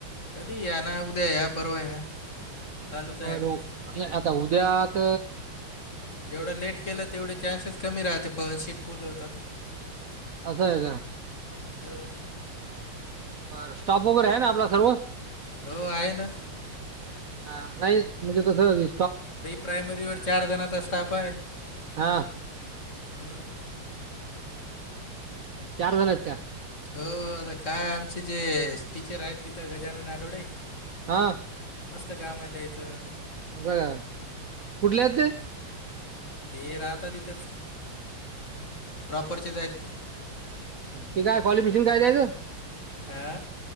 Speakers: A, on the left (about 35°); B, on the right (about 55°).
A: कधी या ना उद्या या परवा या. चालूच आहे
B: बर
A: ॲडमिशन
B: आता उद्यात.
A: जेवढं लेट केलं तेवढे चान्सेस कमी राहते पन शीट पूरलं होतात.
B: असं आहे का?
A: हो.
B: बर स्टॉफ वगैरे आहे ना आपला सर्व
A: हो आहे ना.
B: हा नाही म्हणजे कस वि
A: प्रि प्रायमरी वर चार जणचा स्टाफ आहे हम्.
B: हा चार जण आहेत का?
A: हो आता काय आमचे जे टीचर आहेत तिथं गजानन आठोडे.
B: हा
A: मस्त काम आहे द्यायचं.
B: ब काा कुठले आ.
A: ते राहत तिथेच प्रॉपरचेच आहेत ते
B: ते काय क्वालिफेशन काय दयच.
A: आ.